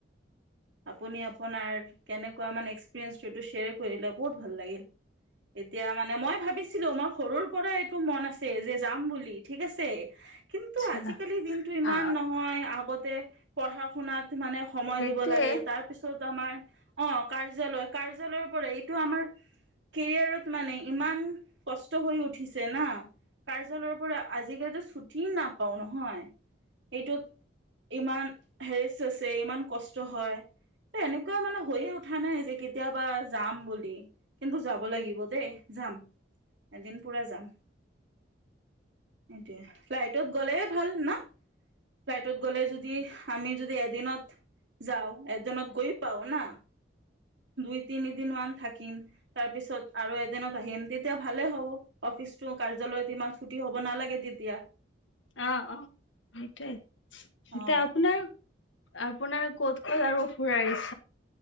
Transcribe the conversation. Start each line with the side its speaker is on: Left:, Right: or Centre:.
Right: আপুনি আপোনাৰ কেনেকুৱা মানে এক্সপিৰিয়েঞ্চটো শ্বেয়াৰ কৰিলে বহুত ভাল লাগিল। এতিয়া মানে মই ভাবিছিলো মই সৰুৰ পৰা এইটো মন আছে যে যাম বুলি ঠিক আছে, কিন্তু
Left: আচ্ছা
Right: আজিকালি দিনটো ইমান
Left: অ
Right: নহয় আগতে পঢ়া শুনাত মানে সময়
Left: সেইটোৱে
Right: দিব লাগে তাৰ পিছত আমাৰ অ কাৰ্যালয় কাৰ্যালয়ৰ পৰা টো আমাৰ কেৰিয়াৰত মানে ইমান কষ্ট হৈ উঠিছে না। কাৰ্যালয়ৰ পৰা আজিকালিতো ছুটি নাপাও নহয়, এইটো ইমান হেৰেচ আছে, ইমান কষ্ট হয় ত এনেকুৱা মানে হৈয়ে উঠা নাই যে কেতিয়াবা যাম বুলি লি কিন্তু যাব লাগিব দেই, যাম এদিন পুৰা যাম। এতিয়া ফ্লাইটত গলে ভাল না? ফ্লাইটত গ'লে যদি আমি যদি এদিনত যাওঁ এজনত গৈ পাও না, দুই- তিনিদিন মান থাকি কিম, তাৰ পিছত আৰু এদিনত আহিম তেতিয়া ভালে হ'ব অফিচটো কাৰ্যালয়ত ইমান ছুটি হ'ব নালাগে তিতিয়া।
Left: অ অ সেইটোৱে, এতিয়া
Right: অ
Left: আপোনাৰ আপোনাৰ ক'ত ক'ত আৰু ফুৰাইছ